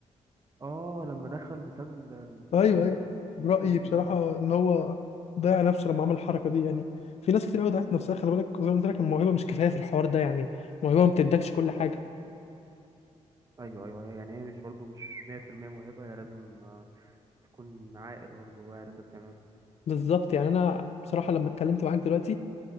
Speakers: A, on the right; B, on the left.
A: اه لما دخل بسبب ال- الباس
B: ايوه
A: واحد
B: ايوه رايي
A: ايوه
B: بصراحه ان هو ضيع نفسه لما عمل الحركه دي يعني في ناس كتير قوي ضيعت نفسها خلي بالك زي ما قلت لك الموهبه مش كفايه في الحوار ده يعني الموهبه ما بتدكش كل حاجه
A: ايوه ايوه يعني هي مش برضه مش 100% موهبه هي لازم آه، تكون عاقل برضه واعي انت بتعمله
B: بالظبط يعني انا بصراحه لما اتكلمت معاك دلوقتي